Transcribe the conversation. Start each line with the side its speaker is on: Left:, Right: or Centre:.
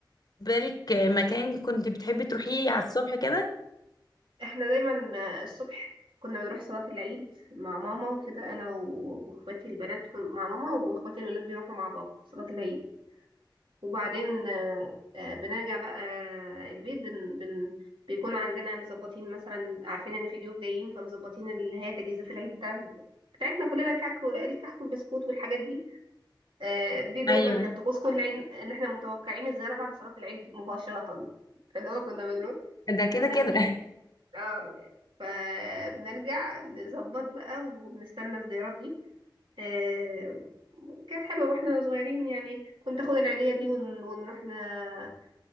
Left: لك أه، مكان كنت بتحبي تروحيه على الصبح كده
Right: احنا دايما آه، الصبح كنا بنروح صلاة العيد مع ماما وكده أنا و- وإخواتي البنات كن مع ماما وإخواتي الولاد بيروحوا مع بابا صلاة العيد وبعدين آه، آه، بنرجع بقى آه، البيت بن بن بيكون عندنا مظبطين مثلا عارفين إن في ضيوف جايين فمظبطين اللي هي تجهيزات العيد بتاع بتاعتنا كلنا الكعك الكحك والبسكوت والحاجات دي آه، دي دايما
Left: ايوه
Right: كانت طقوس كل عيد ان احنا متوقعين الزياره بعد صلاه العيد مباشره فاللي هو كنا بنروح
Left: ده كده
Right: كنا
Left: كده
Right: بنيجي اه فبنرجع نظبط بقى وبنستنى الزيارات دي آه، كانت حلوه واحنا صغيرين يعني كنت اخد العيديه دي ون- ونروح ن-